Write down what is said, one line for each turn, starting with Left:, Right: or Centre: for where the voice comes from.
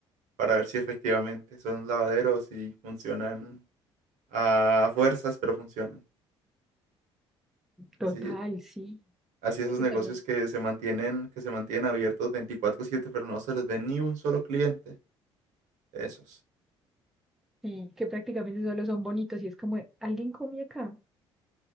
Right: para ver si efectivamente son lavaderos y funcionan a fuerzas, pero funcionan.
Centre: Total,
Right: Así,
Centre: sí.
Right: así esos
Centre: Eso
Right: negocios
Centre: también.
Right: que se mantienen, que se mantienen abiertos veinticuatro siete pero no se les ve ni un solo cliente. Esos.
Centre: Sí, que prácticamente solo son bonitos y es como, ¿alguien come acá?